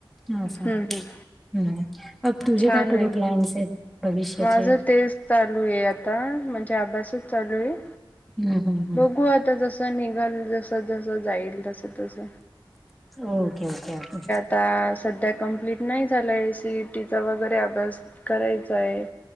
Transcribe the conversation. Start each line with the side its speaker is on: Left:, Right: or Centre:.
Centre: हा सां.
Left: हम्म हम्म
Centre: हम् अग तुझे
Left: छान
Centre: काय पुढे
Left: आहे.
Centre: प्लायन्स आहेत भविष्याचे
Left: माझं तेच चालू आहे आता म्हणजे अभ्यासच चालू आहे
Centre: हम्म हम्म हम्म
Left: बघू आता जस. त निघाल जस जस जाईल तस तस.
Centre: Okay okay okay.
Left: आता सध्या कम्प्लीट नाही झालं ए सीट वगैरे अभ्यास करायचा आहे